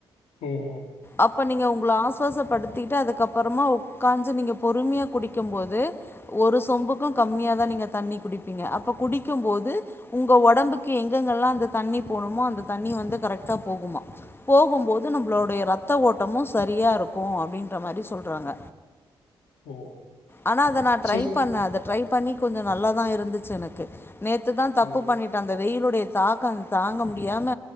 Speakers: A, on the left; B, on the left.
A: ஒ ஒ
B: அப்ப நீங்க உங்ள ஆசுவாசப்படுத்திட்டு அதுக்கப்றொமா உக்காஞ்சு நீங்க பொறுமையா குடிக்கு போது ஒரு சொம்புக்கு கம்மியாதா நீங்க தண்ணி குடிப்பீங்க அப்ப குடிக்கு போது உங்க ஒடம்புக்கு எங்கெங்க எல்லா அந்த தண்ணி போணுமோ அந்த தண்ணி வந்து கரெக்ட்டா போகுமா போகுபோது நம்ளோடைய ரத் த்த ஓட்டமு சரியா இருக்கு அப்டின்ற மாரி சொல்றாங்க
A: ஓ!
B: ஆனா அத நா ட்ரை
A: சோ
B: பண்ண அத ட்ரை பண்ணி கொஞ்சோ நல்லாதா இருந்துச்சு எனக்கு நேத்து தா
A: ஓ!
B: தப்பு பண்ணிட்ட அந்த வெய்யிலுடைய தாக்கோ தாங்க முடியாம